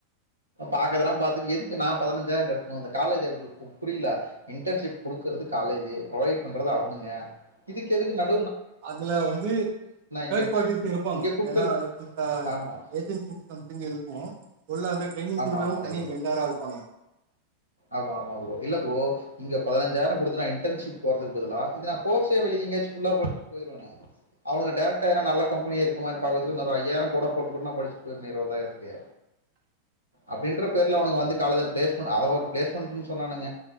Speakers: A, on the right; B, on the right.
A: பாக்கறதெல்லா பாத்துட்டு நா பதினஞ்சாயிம் கட்னு இந்த காலேஜ் புரில இன்டென்ஷிப் குடுக்குறது காலேஜ்சு புரவைட் பண்றது அவங்க அதுக்கு எதுக்கு நம்ம
B: அதுல வந்து தேர்ட்
A: இங்க
B: பார்ட்டிஸ் இருப்பாங்க
A: இங்க கொடுக்கறது
B: ஏன்னா இந்த
A: ஆமா
B: ஏஜென்சி சம்திங் இருக்கு உள்ள வந்து ட்ரைனிங்
A: ஆமா
B: குடுக்குறவங்க
A: ஆமா
B: தனி
A: ப்ரோ
B: வெண்டாரா இருப்பாங்க
A: ஆமா ஆமா ப்ரோ இல்ல ப்ரோ இங்க பதினஞ்சாயிரம் குடுத்துட்டு இன்டென்ஹிப்க்கு போறதுக்கு பதிலா இது நா கோர்ஸ்ஸே வெளில எங்கயாச்சு ஃபுல்லா படிச்சிட்டு போயிருவனே அவுங்க டேரெக்டட்டா எதுனா நல்ல கம்பெனி மாதி பக்கத்துக்கு இந்த் ஐயாயிரம் கூட குடுக்கணும்னா படிச்சிட்டு போயிருவேனே இருபதாயிரத்துக்கு அப்டின்ற பேர்ல அவனுக்கு வந்து காலஜ்ல பிளேஸ்மெண்ட் அத ஒரு பிளேஸ்மெண்ட்ன்னு சொன்னானுங்க